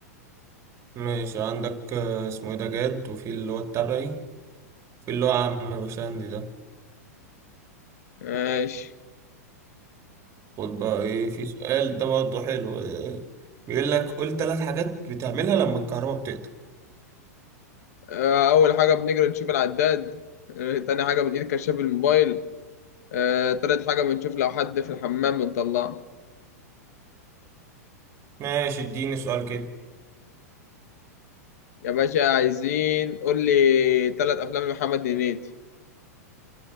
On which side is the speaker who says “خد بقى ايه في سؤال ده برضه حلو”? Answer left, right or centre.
Right